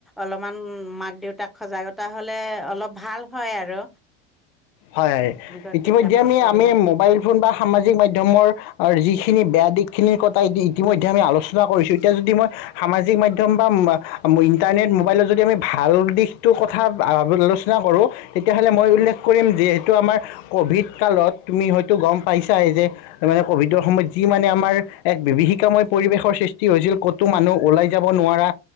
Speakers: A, in the centre; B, on the left (about 60°).
A: অলপমান মাক দেউতাক সজাগতা তাহ'লে অলপ ভাল হয় আৰু
B: হয় হয়
A: তেনেকুৱা
B: ইতিমধ্যে
A: কিতাপ পত্ৰ
B: আমি আমি
A: বিলাক
B: মোবাইল ফোন বা সামাজিক মাধ্যমৰ যিখিনি বেয়া দিশ খিনিৰ কথা ইতিমধ্যে আমি আলোচনা কৰিছোঁ এতিয়া যদি মই সামাজিক মাধ্যম বা ইণ্টাৰনেট মোবাইলত যদি আমি ভাল দিশটোৰ কথা আলোচনা কৰোঁ তেতিয়াহলে মই
A: উম
B: উল্লেখ যিহেতু আমাৰ কভিড কালত তুমি হয়তো গম পাইছাই যে মানে ক'ভিডৰ সময়ত যি মানে আমাৰ এক বিভীষিকাময় পৰিৱেশৰ সৃষ্টি হৈছিল ক'তো মানুহ ওলাই যাব নোৱাৰা